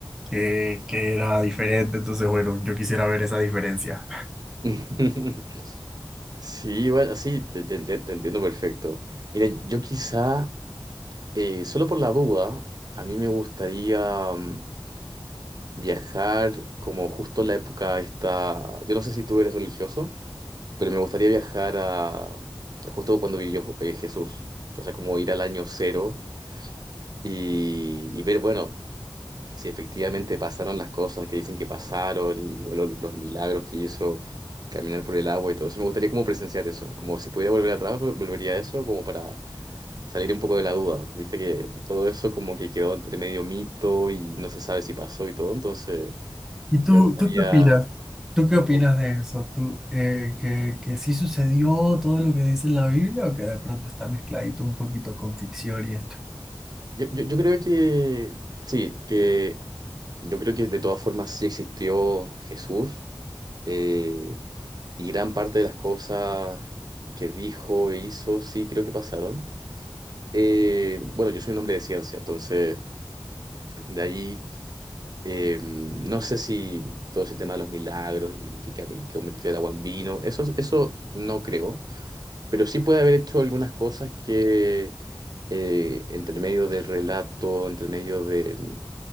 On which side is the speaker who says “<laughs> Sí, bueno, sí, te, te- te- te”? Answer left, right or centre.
Right